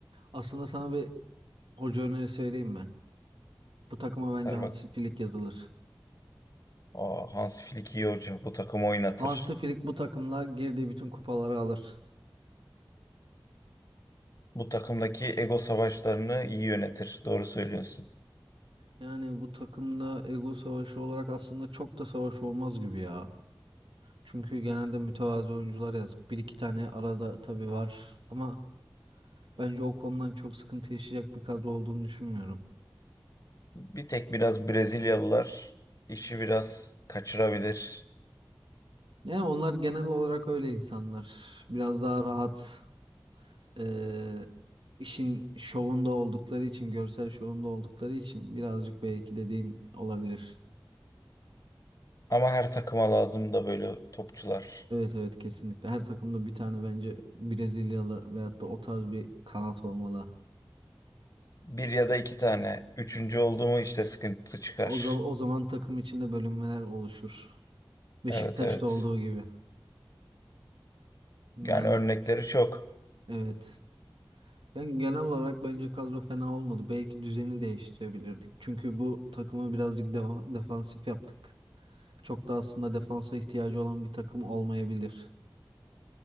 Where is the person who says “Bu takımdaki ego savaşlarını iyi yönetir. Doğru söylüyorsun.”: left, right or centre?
Left